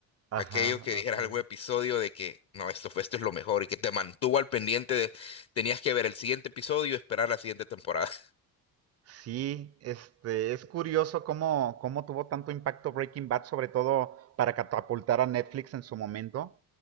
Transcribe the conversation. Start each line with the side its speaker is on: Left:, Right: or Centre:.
Right: ajá,
Left: Aquello que dijeras
Right: así es.
Left: algún episodio de que no, esto fue, esto es lo mejor y que te mantuvo al pendiente de, tenías que ver el siguiente episodio y esperar la siguiente temporada. <laughs>
Right: Sí, este, es curioso cómo, cómo tuvo tanto impacto Breaking Bad, sobre todo para catapultar a Netflix en su momento.